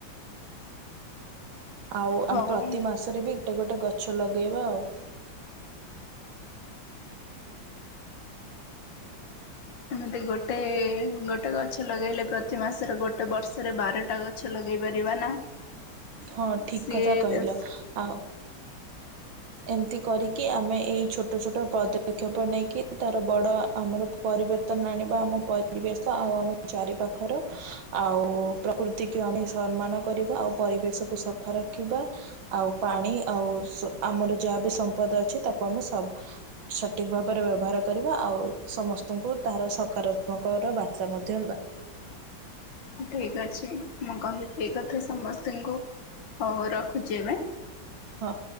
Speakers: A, on the right (about 80°); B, on the left (about 70°).
A: ଆଉ
B: ହଉ।
A: ଆମେ ପ୍ରତି ମାସରେ ବି ଗୋଟେ ଗୋଟେ ଗଛ ଲଗେଇବା ଆଉ।
B: ଏମିତି ଗୋଟେ ଗୋଟେ ଗଛ ଲଗେଇଲେ ପ୍ରତି ମାସରେ ଗୋଟେ ବର୍ଷରେ ବାରଟା ଗଛ ଗଛ ଲଗେଇ ପାରିବା ନା।
A: ହଁ ଠିକ
B: ସିଏ
A: କଥା କହିଲ ଆଉ ଏମିତି କରିକି ଆମେ ଏଇ ଛୋଟ ଛୋଟ ପଦକ୍ଷେପ ନେଇକି ତାର ବଡ଼ ଆମର ପରିବର୍ତ୍ତନ ଆଣିବା ଆମ ପରିବେଶ ଆଉ ଆମ ଚାରିପାଖର। ଆଉ ପ୍ରକୃତିକୁ ଆମେ ସମ୍ମାନ କରିବା ଆଉ ପରିବେଶକୁୁ ସଫା ରଖିବା। ଆଉ ପାଣି ଆଉ ଆମର ଯାହା ବି ସମ୍ପଦ ଅଛି ତାକୁ ଆମେ ସବ ସଠିକ୍ ଭାବରେ ବ୍ୟବହାର କରିବା ଆଉ ସମସ୍ତଙ୍କୁ ତାହାର ସକାରାତ୍ମକର ବାର୍ତ୍ତା ମଧ୍ୟ ଦେବା।
B: ଠିକ ଅଛି ମୁଁ କହିବି କଥା ସମସ୍ତଙ୍କୁ, ହଉ ରଖୁଛି ଏବେ।
A: ହଁ।